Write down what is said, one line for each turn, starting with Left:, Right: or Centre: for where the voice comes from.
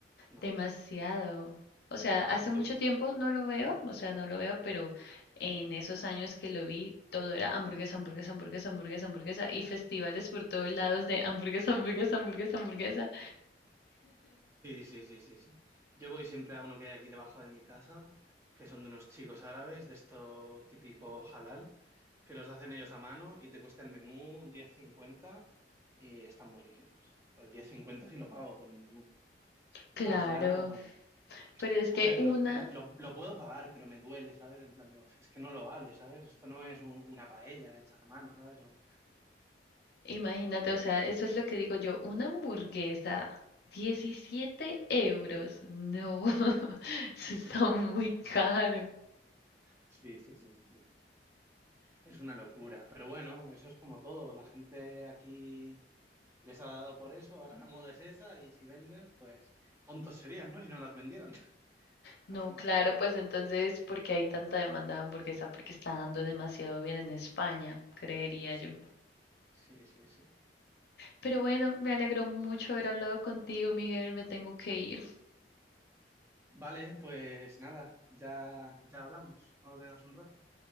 Right: No,
Left: Demasiado. O sea, hace
Right: yo,
Left: mucho
Right: Ya.
Left: tiempo no lo veo, o sea, no lo veo, pero en esos años que lo vi, todo era hamburguesa, hamburguesa, hamburguesa, hamburguesa, hamburguesa, y festivales por todos lados de hamburguesa, hamburguesa, hamburguesa, hamburguesa.
Right: sí, sí, sí, sí, sí. Yo voy siempre a uno que hay aquí debajo de mi casa, que son de unos chicos árabes, de esto típico halal, que los hacen ellos a mano y te cuesta el menú diez cincuenta y están buenísimas. Pues diez cincuenta sí lo pago por un menú.
Left: Claro,
Right: Más ya, Ya. bueno.
Left: pero es que
Right: A ver,
Left: una,
Right: lo, Sí, lo- lo puedo pagar, pero me duele, ¿sabes? En plan, digo, es que no lo vale, ¿sabes? Esto no es un- una paella hecha a mano, ¿sabes? O-
Left: imagínate, o sea, eso es lo que digo yo, una hamburguesa, 17 euros, no, <laughs> eso
Right: <laughs>
Left: está muy caro.
Right: Sí, sí, sí, sí, sí. Es una locura, pero bueno, eso es como todo. La gente aquí les ha dado por eso, ahora la moda es esa y si venden, pues tontos serían, ¿no? Si no las vendieran <laughs>
Left: No,
Right: la gente.
Left: claro, pues entonces, ¿por qué hay tanta demanda de hamburguesa? Porque está dando demasiado bien en España, creería
Right: Sí,
Left: yo.
Right: sí, sí, sí.
Left: Pero bueno, me alegró mucho haber hablado contigo, Miguel, me tengo que ir.
Right: Vale, pues nada, ya, ya hablamos. Vamos a un rato.